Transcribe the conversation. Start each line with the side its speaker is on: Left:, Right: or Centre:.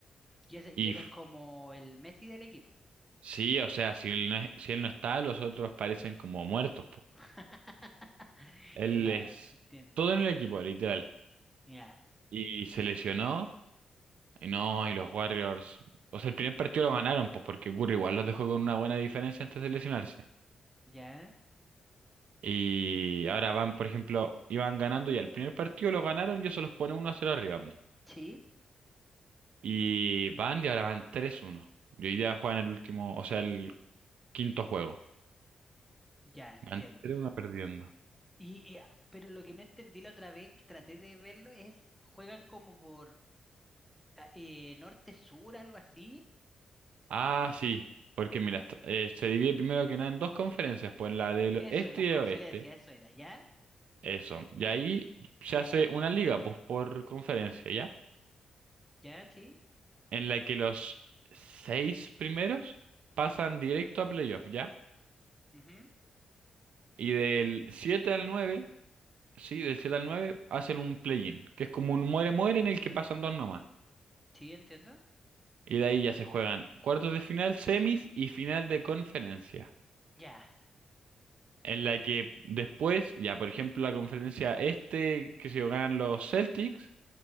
Centre: Y, ese- y
Right: Y
Centre: él
Right: f-
Centre: es como el Messi del equipo.
Right: sí, o sea, si él no es- si él no está, los otros parecen como muertos, po.
Centre: <laughs>
Right: Él
Centre: Ya,
Right: es
Centre: entiendo.
Right: todo en el equipo, literal.
Centre: Ya,
Right: Y se lesionó. Y no, y los Warriors. O sea, el primer partido lo ganaron, pues porque Curry igual los dejó con una buena diferencia antes de lesionarse.
Centre: ya.
Right: Y ahora van, por ejemplo, iban ganando y al primer partido lo ganaron y eso los pone uno a cero arriba. po.
Centre: Sí,
Right: Y van y ahora van tres uno Y hoy día juegan el último, o sea, el quinto juego.
Centre: ya, entiendo.
Right: Van tres uno perdiendo.
Centre: Y, y- pero lo que no entendí la otra vez que traté de verlo es, juegan como por ah, eh, norte-sur, algo así.
Right: Ah, sí, porque mira, est- eh, se divide primero que nada en dos conferencias, pues la del
Centre: Eso,
Right: este
Centre: las
Right: y
Centre: conferencias,
Right: del oeste.
Centre: eso era, ¿ya?
Right: Eso. Y ahí se hace una liga, pues por conferencia, ¿ya?
Centre: ¿Ya? Sí.
Right: en la que los seis primeros pasan directo a playoff, ¿ya?
Centre: Ujú.
Right: Y del 7 al nueve sí, del siete al nueve hacen un play-in, que es como un muere-muere en el que pasan dos nomás.
Centre: Sí, entiendo.
Right: Y de ahí ya se juegan cuartos de final, semis y final de conferencia.
Centre: Ya.
Right: En la que después, ya por ejemplo, la conferencia este, que sé yo, ganan los Celtics,